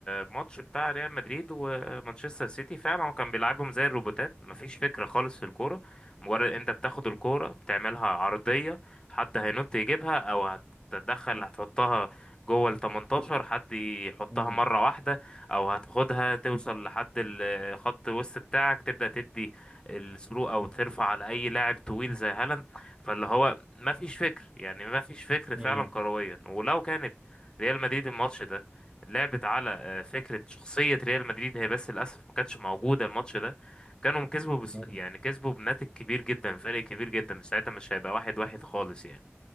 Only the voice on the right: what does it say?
مم.
مم.
مم.